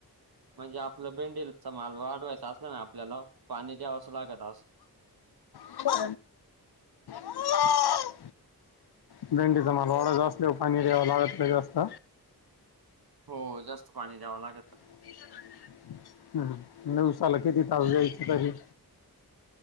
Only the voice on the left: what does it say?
ह हो भंडीचा मला वाडा जास्त पाणी द्यावं लागत जास्त
<unintelligible> हम् उऊसाल कती तवीजयथ तरी